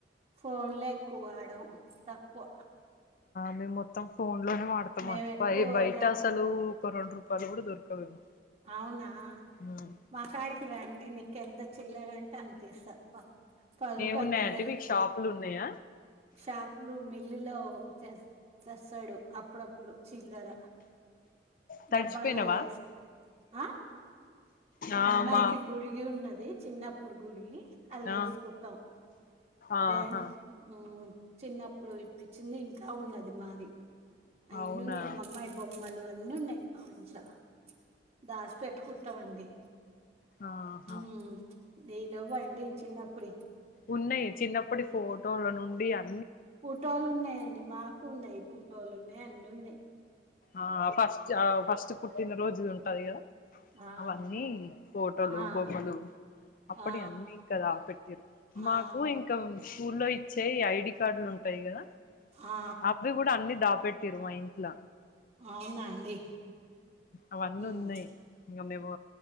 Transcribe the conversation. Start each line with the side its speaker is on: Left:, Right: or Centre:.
Right: ఫోన్ లె ఎక్కు కువాడం తక్కువ
Left: మేం మొత్తం ఫోన్ లోనే వాడతాం
Right: మేము
Left: ఆంటీ
Right: ఎక్కువ
Left: బయట
Right: నాకు
Left: అసలు ఒక రెండు రూ పళ్ళు కూడా దొరకవేమో
Right: అవునా
Left: ఉమ్
Right: మా కాడికి రండి నీకెంత చిల్లర అంతిస్త పది
Left: ఏమున్నాయంటే
Right: పది బిల్లలు
Left: మీకు షాపులు ఉన్నాయా
Right: షాపులు మిల్లులో తె తెస్తాడు అప్పుడప్పుడు చిల్లర
Left: తడిచిపోయినావా
Right: డబ్బాలలో లేసు ఆ
Left: ఆ
Right: మాఅమ్మాయికి
Left: మా
Right: గుడి ఉన్నది చిన్నప్పుడు గుడి అల్లా
Left: ఆ
Right: వేసుకుంటాం
Left: ఆహా
Right: బ్యాంక్ ఊ చిన్నప్పుడు ప్పించింది ఇంకా ఉన్నది మాది. అన్నున్నాయి
Left: అవునా
Right: మా అమ్మాయి బొమ్మలు అన్నున్నాయి ఆంట్లా దాస్ పెట్టుకుంటామండి.
Left: ఆహా
Right: ఉ నయలువ్వ అండి చిన్నప్పుడ
Left: ఉన్నాయి. చిన్నప్పటి ఫోటోల నుండి అ
Right: పోటోలు ఉన్నాయండి మా ఎక్కు ఉన్నాయి పూటోలు ఉన్నాయి, అన్ని ఉన్నాయి.
Left: ఆ ఫస్ట్ ఆ ఫస్ట్ పుట్టిన రోజు <unintelligible>
Right: ఆ
Left: అవన్నీ ఫోటోలు
Right: ఆ
Left: బొమ్మలు అప్పటి
Right: ఆ
Left: అన్ని కదా పెట్టారు. మాకు
Right: ఆ
Left: ఇంకా స్కూల్లో ఇచ్చే ఐడి కార్డులు ఉంటాయి కదా.
Right: ఆ
Left: అవి కూడా అన్ని దాప పెట్టిరు మా ఇంట్లా
Right: అవునా అండి
Left: అవన్నీ
Right: మ్మ్
Left: ఉన్నాయి. ఇంకా మేము